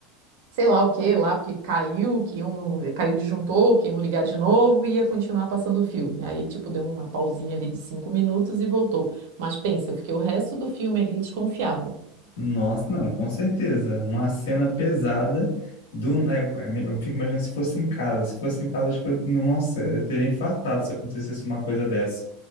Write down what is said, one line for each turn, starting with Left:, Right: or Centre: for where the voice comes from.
Right: sei lá o que lá, porque caiu, que um caiu o disjuntor, que iam ligar de novo e ia continuar passando o filme. Aí, tipo, deu uma pausinha ali de cinco minutos e voltou. Mas pensa, eu fiquei o resto do filme ali desconfiada.
Left: Nossa, não, com certeza. Uma cena pesada do, né, eu fico imaginando se fosse em casa. Se fosse em casa, acho que eu, nossa, eu teria infartado se acontecesse uma coisa dessa.